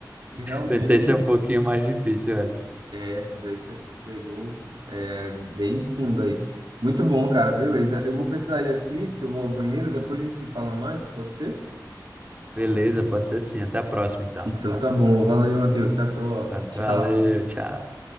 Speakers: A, on the right; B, on the right.
A: E Realmente,
B: Tentei ser um pouquinho mais difícil essa.
A: é, essa daí você pegou é, bem fundo aí. Muito bom, cara, beleza. Eu vou precisar ir aqui, que eu vou ao banheiro, depois a gente se fala mais, pode ser?
B: Beleza, pode ser sim. Até a próxima, então.
A: Então tá bom, valeu, Matheus, até a próxima,
B: Va-
A: tchau.
B: Valeu, tchau.